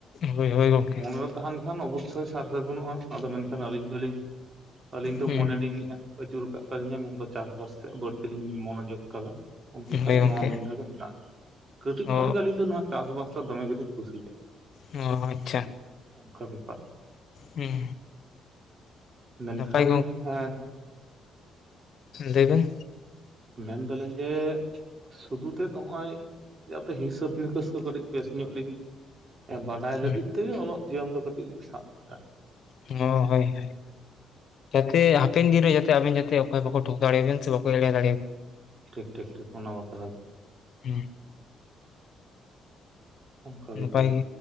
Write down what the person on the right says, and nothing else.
ᱢᱚᱱᱮᱨᱮ ᱛᱟᱦᱮᱸᱱ ᱠᱷᱟᱱ ᱚᱵᱚᱥᱥᱳᱭ ᱥᱟᱨᱫᱟ ᱵᱟᱹᱱᱩᱜ-ᱟ ᱟᱫᱚ ᱢᱮᱱᱠᱷᱟᱱ ᱟᱹᱞᱤᱧ ᱫᱚᱞᱤᱧ ᱟᱹᱞᱤᱧ ᱫᱚ
ᱢᱚᱱᱮᱞᱤᱧᱮᱫ-ᱟ ᱟᱹᱪᱩᱨ ᱟᱠᱟᱫ ᱛᱟᱹᱞᱤᱧᱟ ᱢᱮᱱᱫᱚ ᱪᱟᱥ ᱵᱟᱥ ᱥᱮᱫ ᱵᱟᱹᱲᱛᱤᱞᱤᱧ ᱢᱚᱱᱚᱡᱳᱜᱽ ᱟᱠᱟᱫᱟ ᱚᱱᱠᱟ
ᱫᱚ
ᱱᱚᱣᱟ ᱞᱟᱹᱭᱤᱱ ᱨᱮᱜᱮ ᱢᱮᱱᱟᱜ ᱞᱤᱧᱟ ᱠᱟᱹᱴᱤᱡ
ᱠᱷᱚᱱᱜᱮ ᱟᱹᱞᱤᱧ ᱫᱚ ᱱᱚᱣᱟ ᱪᱟᱥᱵᱟᱥ ᱫᱚᱢᱮ ᱜᱮᱞᱤᱧ ᱠᱩᱥᱤᱭᱟᱜ-ᱟ
ᱚᱝᱠᱟ ᱵᱮᱯᱟᱨ
ᱢᱮᱱᱠᱷᱟᱱ
ᱦᱮᱸ
ᱢᱮᱱᱫᱟᱞᱤᱧ ᱡᱮ ᱥᱩᱫᱷᱩ ᱛᱮ ᱱᱚᱜ-ᱚᱭ ᱡᱟᱛᱮ ᱦᱤᱥᱟᱹᱵ ᱱᱤᱠᱟᱹᱥ ᱠᱚ ᱠᱟᱹᱴᱤᱡ ᱵᱮᱥ ᱧᱚᱜ ᱞᱤᱧ ᱵᱟᱰᱟᱭ
ᱞᱟᱹᱜᱤᱫ ᱛᱮᱜᱮ ᱚᱞᱚᱜ ᱡᱤᱭᱚᱱ ᱫᱚ ᱠᱟᱹᱴᱤᱡ ᱞᱤᱧ ᱥᱟᱵ ᱠᱮᱫᱟ
ᱴᱷᱤᱠ ᱴᱷᱤᱠ ᱴᱷᱤᱠ ᱚᱱᱟ ᱵᱟᱠᱷᱨᱟ ᱜᱮ
ᱚᱠᱟ ᱵᱮᱯᱟᱨ